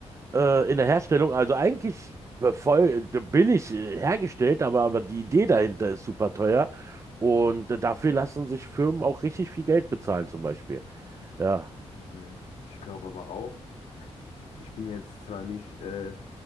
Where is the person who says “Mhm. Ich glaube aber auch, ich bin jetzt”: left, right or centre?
Left